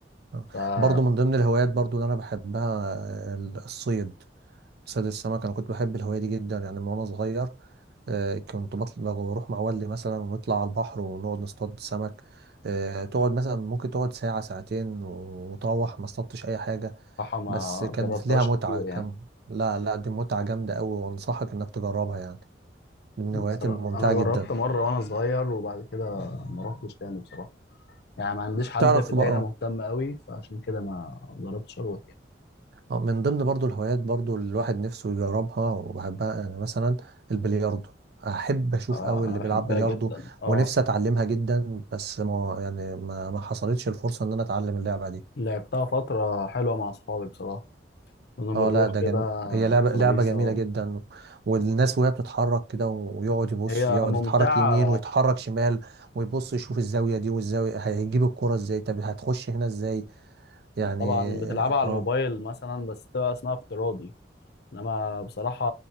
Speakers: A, on the right (about 60°); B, on the left (about 60°).
A: آه.
B: فبصراحه
A: برضو من ضمن الهوايات برضو اللي انا بحبها آه، الصيد صيد السمك انا كنت بحب الهواية دي جدا يعني من وانا صغير آه، كنت بطلع بروح مع والدي مثلا ونطلع على البحر ونقعد نصطاد سمك آه، تقعد مثلا ممكن تقعد ساعة ساعتين وتروح ما اصطادتش أي حاجة
B: ما
A: بس كان
B: جربتهاش
A: ليها متعة
B: كتير
A: كان
B: يعني
A: لا لا دي متعة جامدة أوي وأنصحك إنك تجربها يعني دي من
B: بصراحه
A: الهوايات الممتعة
B: انا جربت
A: جدا
B: مره وانا صغير وبعد كده ما رحتش تاني بصراحه يعني ما عنديش حد
A: تعرف
B: في العيله
A: بقى
B: مهتم قوي فعشان كده ما جربتش اروح يعني
A: آه، من ضمن برضو الهوايات برضو اللي الواحد نفسه يجربها وبحبها يعني مثلا البلياردو أحب أشوف
B: اه
A: أوي
B: انا
A: اللي
B: بحبها
A: بيلعب بلياردو
B: جدا اه
A: ونفسي أتعلمها جدا بس ما يعني ما ما حصلتش الفرصة إن أنا أتعلم اللعبة دي
B: لعبتها فتره حلوه مع اصحابي بصراحه كنا بنروح
A: اه لا ده
B: كده
A: جميل هي لعبة
B: على الترابيزه
A: لعبة جميلة
B: و...
A: جدا والناس وهي بتتحرك كده ويقعد يبص
B: هي
A: يقعد
B: ممتعه
A: يتحرك يمين ويتحرك شمال ويبص يشوف الزاوية دي والزاوية هيجيب الكرة ازاي طب هتخش هنا ازاي يعني
B: انت طبعا بتلعبها على
A: اه
B: الموبايل مثلا بس تبقى اسمها افتراضي انما بصراحة